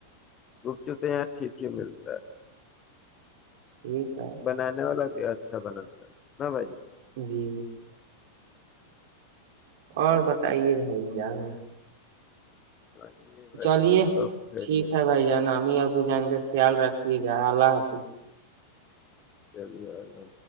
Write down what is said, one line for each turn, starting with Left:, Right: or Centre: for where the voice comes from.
Left: گپچ تار ٹھیک سے ملتے
Right: ٹھیک ہے
Left: بنانے والا یہ اچھا بناتا نہ بھائی
Right: جی جی اور بتائیے بھائی جان
Left: ہاں جی بھائی
Right: چلیے
Left: جان سب خیریت
Right: ٹھیک ہے بھائی جانام ہی اب ب جان کا خیال رکھیے گا اللہ حافظ
Left: چلیے اللہ